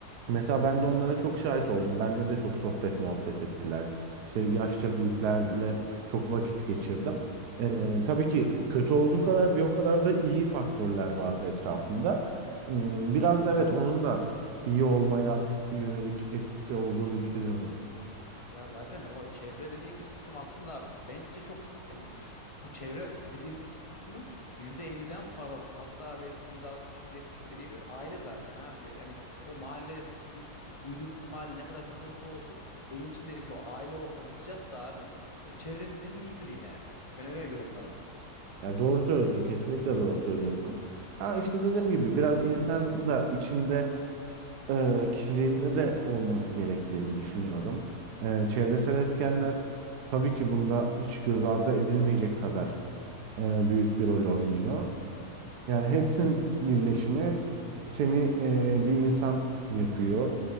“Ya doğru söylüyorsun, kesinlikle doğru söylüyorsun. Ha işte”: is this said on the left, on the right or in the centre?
Right